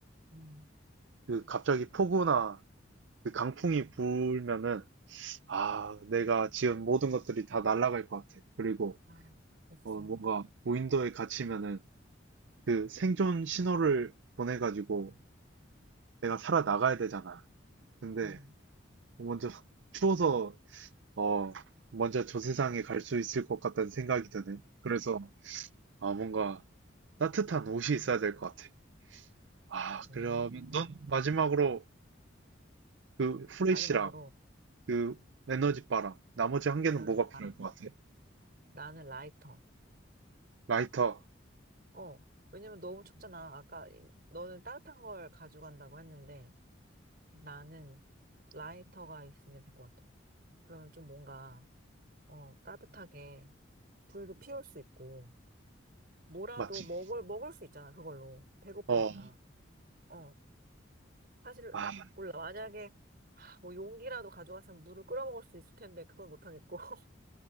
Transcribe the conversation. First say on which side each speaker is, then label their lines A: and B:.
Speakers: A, on the right; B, on the right.
A: 음.
B: 그 갑자기 폭우나 그 강풍이 불면은 아, 내가 지은 모든 것들이 다 날아갈 것 같아. 그리고
A: 아, 그치.
B: 어, 뭔가 무인도에 갇히면은 그 생존 신호를 보내가지고 내가 살아나가야 되잖아. 근데
A: 음,
B: 먼저 <laughs> 추워서 어, 먼저 저 세상에 갈 수 있을 것 같다는 생각이 드네. 그래서 아, 뭔가 따뜻한 옷이 있어야 될 것 같아. 아,
A: 음.
B: 그러면 넌 마지막으로 그 후레쉬랑
A: 마지막으로
B: 그 에너지바랑 나머지 한 개는
A: 에너지
B: 뭐가
A: 바람.
B: 필요할 것 같아?
A: 나는 라이터.
B: 라이터,
A: 어, 왜냐면 너무 춥잖아. 아까 너는 따뜻한 걸 가져간다고 했는데. 나는 라이터가 있으면 될 것 같아. 그러면 좀 뭔가, 어, 따뜻하게 불도 피울 수 있고, 뭐라도
B: 맞지?
A: 먹을, 먹을 수 있잖아, 그걸로. 배고프니까.
B: 어,
A: 어, 사실,
B: 아,
A: 몰라. 만약에, 하, 뭐 용기라도 가져갔으면 물을 끓여 먹을 수 있을 텐데, 그건 못하겠고. <laughs>